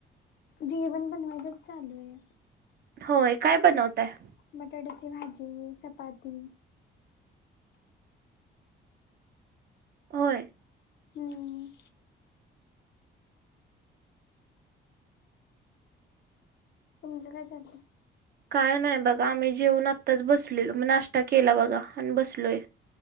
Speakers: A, on the left; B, on the right.
A: जेवण बनवायचंच चालू आहे.
B: होय काय बनवताय?
A: बटाट्याची भाजी, चपाती
B: होय.
A: हम्म. तुमचं काय चाललं?
B: काय नाही बघा आम्ही जेऊन आत्ताच बसलेलो नाश्ता केला बघा आणि बसलोय.